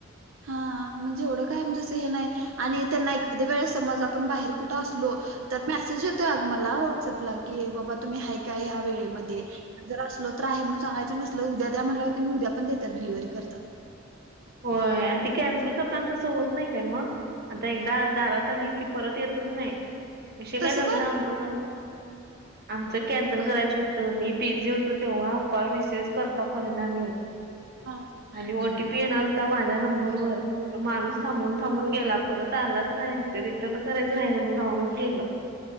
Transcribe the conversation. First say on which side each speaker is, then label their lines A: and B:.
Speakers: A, on the right; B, on the right.
A: हा म्हणजे एवढं काय म्हणजे असं हे नाय आणि त्यांना एखाद्या वेळेस समज आपण बाहेर कुठ असलो तर मेसेज येतोय अग मला व्हाट्सअपला की बाबा तुम्ही हाय काय ह्या वे वेळेमध्ये. जर असलो तर आहे म्हणून सांगायचं, नसल उद्या द्या म्हणल्यावर टेनी उद्या पण देतात डिलिव्हरी करत्यात.
B: होय आणि ते कॅन्सल करताना तसं होत नाही काय मग? आता एकदा दारात आली की परत येतच नाही. विषय काय
A: तसं
B: झालता
A: नाही
B: आमचं पण आमचं कॅन्सल करायचं होतं, मी बिझी होतो तेव्हा कॉल रिसिवच करता करना मी. <inaudible>
A: हा.
B: आणि ओ टी पी येणार होता माझ्या नंबरवर माणूस
A: हा
B: थांबून थांबून गेला. परत आलाच नाही. ते रिटर्न करायचं राहून-राहूनच गेलं.